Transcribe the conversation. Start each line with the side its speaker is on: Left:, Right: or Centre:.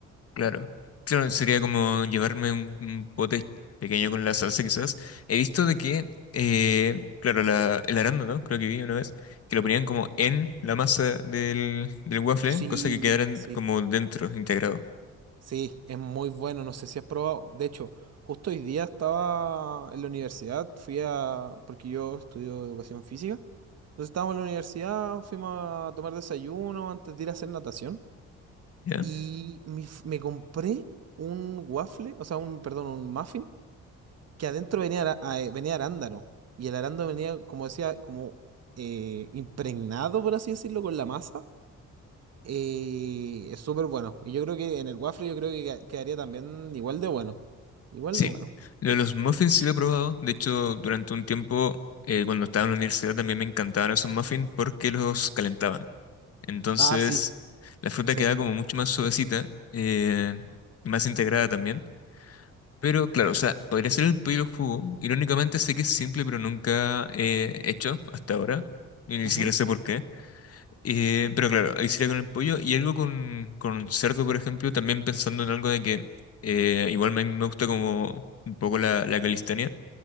Left: Claro, claro, sería como llevarme un, un pote pequeño con la salsa quizás. He visto de que, eh, claro, la, el arándano, creo que vi una vez, que lo ponían como en la masa del, del waffle,
Right: Sí,
Left: cosa que quedaran
Right: sí,
Left: como dentro, integrado,
Right: sí, es muy bueno, no sé si has probado. De hecho, justo hoy día estaba en la universidad, fui a, porque yo estudio educación física, entonces estábamos en la universidad, fuimos a tomar desayuno antes de ir a hacer natación
Left: ¿ya?
Right: y me, f- me compré un waffle, o sea, un, perdón, un muffin que adentro venía, ara- ah, eh, venía arándano. Y el arándano venía, como decía, como eh, impregnado, por así decirlo, con la masa. Eh, es súper bueno. Y yo creo que en el waffle yo creo que queda- quedaría también igual de bueno. Igual
Left: Sí,
Right: de bueno.
Left: lo de los muffins sí lo he probado, de hecho durante un tiempo, eh, cuando estaba en la universidad también me encantaban esos muffins porque los calentaban. Entonces,
Right: Ah, sí.
Left: la fruta
Right: Sí.
Left: queda como mucho más suavecita, eh, y más integrada también. Pero claro, o sea, podría ser el pollo al jugo. Irónicamente sé que es simple, pero nunca he hecho hasta ahora. Y ni
Right: Ujú,
Left: siquiera sé por qué. Eh, pero claro, ahí sería con el pollo. Y algo con, con cerdo, por ejemplo, también pensando en algo de que eh, igual me, me gusta como un poco la, la calistenia.